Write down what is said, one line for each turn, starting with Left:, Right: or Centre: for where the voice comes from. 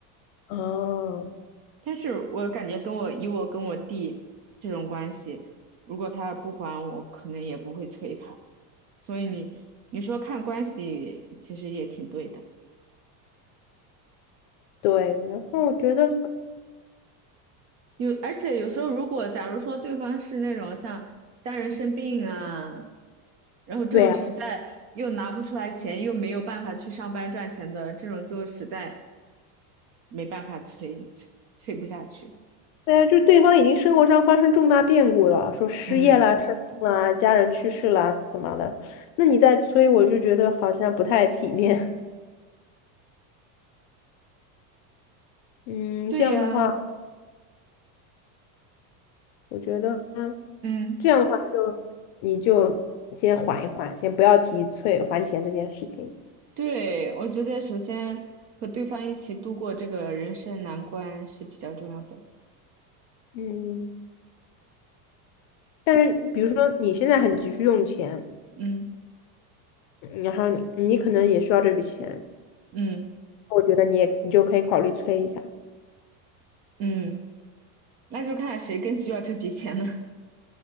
Left: 嗯，
Right: 但是我感觉跟我以我跟我弟这种关系，如果他不还我，可能也不会催他。所以你你说看关系，其实也挺对的。
Left: 对。然后我觉得，
Right: 有，而且有时候如果假如说对方是那种像家人生病啊，然后这种实在又拿不出来钱，
Left: 对呀
Right: 又没有办法去上班赚钱的，这种就实在没办法催，催催不下去。
Left: 对呀，就是对方已经生活上发生重大变故了，说失业啦、
Right: 嗯，
Left: 生病啦、家人去世啦，怎么的？那你再催，我就觉得好像不太体面。<laughs> 嗯，
Right: 对呀，
Left: 这样的话，我觉得
Right: 嗯。
Left: 这样的话就你就先缓一缓，先不要提催还钱这件事情。
Right: 对，我觉得首先和对方一起度过这个人生难关是比较重要的。
Left: 嗯，但是比如说你现在很急需用钱，
Right: 嗯
Left: 然后你你可能也需要这笔钱，
Right: 嗯
Left: 我觉得你也你就可以考虑催一下。
Right: 嗯，那就看谁更需要这笔钱了。<laughs>